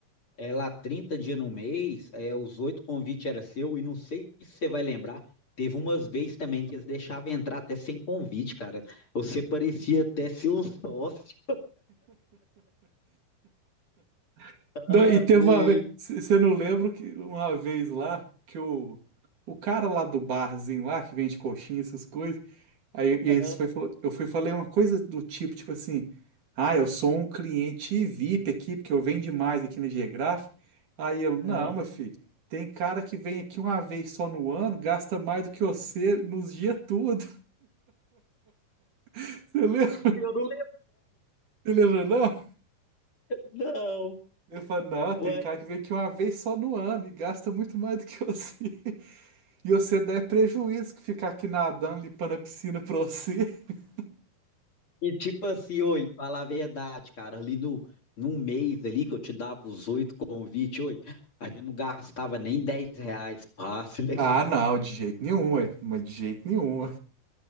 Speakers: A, on the left (about 40°); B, on the right (about 55°).
A: é, lá 30 dias no mês, é, os oito convites era seu, e não sei se você vai lembrar, teve umas vezes também que eles deixavam entrar até sem convite, cara. Você parecia até ser um sócio.
B: <laughs> Não,
A: Falei,
B: e teve uma vez, você não lembra que uma vez lá, que o, o cara lá do barzinho lá, que vende coxinha, essas coisas, Aí eles
A: aham,
B: foi, falou- eu fui e falei uma coisa do tipo, tipo assim, ah, eu sou um cliente VIP aqui, porque eu venho demais aqui na Geográfica. Aí ele,
A: aham.
B: não, meu filho, tem cara que vem aqui uma vez só no ano, gasta mais do que você nos dias tudo. <laughs> Você lembra,
A: Isso eu não lembro,
B: você lembra não?
A: não.
B: Ele falou, não,
A: Uai.
B: tem cara que vem aqui uma vez só no ano e gasta muito mais do que você. <laughs> E você dá é prejuízo que ficar aqui nadando, limpando a piscina pra você. <laughs>
A: E tipo assim, oi, fala a verdade, cara, ali no, num mês ali que eu te dava os oito convites, oi, a gente não gastava nem 10 reais fácil, né,
B: Ah, não, de jeito nenhum, ué, mas de jeito nenhum.